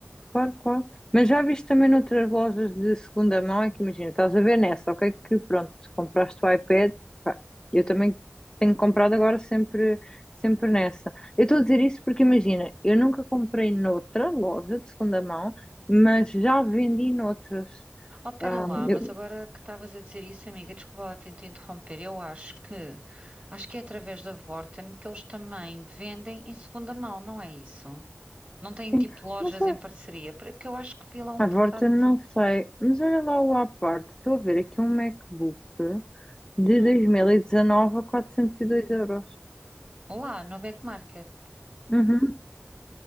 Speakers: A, on the left; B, on the right.
A: claro, claro. Mas já viste também noutras lojas de segunda mão, é que imagina, estás a ver nessa, ok? Que pronto, compraste o iPad, pá, eu também tenho comprado agora sempre, sempre nessa. Eu estou a dizer isso porque imagina, eu nunca comprei noutra loja de segunda mão, mas já vendi noutras.
B: Oh, pera
A: Ah,
B: lá,
A: eu,
B: mas agora que estavas a dizer isso, amiga, desculpa lá tentar interromper. Eu acho que acho que é através da Vorten que eles também vendem em segunda mão, não é isso? Não têm
A: sim,
B: tipo lojas
A: mas olha,
B: em parceria, porque eu acho que vi lá um
A: à
B: portátil.
A: volta não sei, mas olha lá o à parte, estou a ver aqui um MacBook de
B: Hum,
A: dois mil e dezanove a 402 euros.
B: lá no Back Market.
A: Uhum.